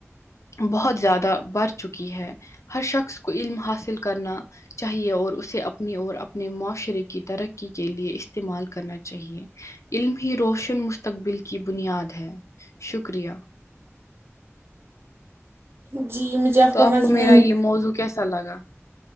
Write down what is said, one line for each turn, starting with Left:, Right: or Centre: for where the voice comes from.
Left: بہت زیادہ بڑھ چکی ہے ہر شخص کو علم حاصل کرنا چاہ چاہیے اور اسے اپنی اور اپنے معاشرے کی ترقی کے لیے استعمال کرنا چاہیے علم ہی روشن مستقبل کی بنیاد ہے شکریہ
Right: جی مجھے
Left: تو
Right: کا
Left: آپ
Right: مضمون
Left: کو میرا یے موضوع کیسا لگا